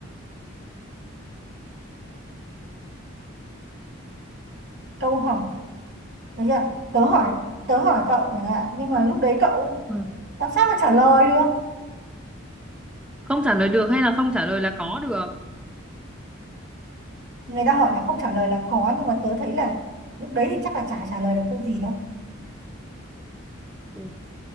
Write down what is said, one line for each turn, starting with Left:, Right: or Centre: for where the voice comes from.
Right: câu hỏi được chưa tớ hỏi tớ hỏi cậu chẳng hạn nhưng mà lúc đấy cậu
Centre: Ờ,
Right: làm sao mà trả lời được
Centre: Không trả lời được hay là không trả lời là có được?
Right: người ta hỏi là không trả lời là có nhưng mà tớ thấy là lúc đấy thì chắc là chả trả lời được câu gì đâu
Centre: Ồ,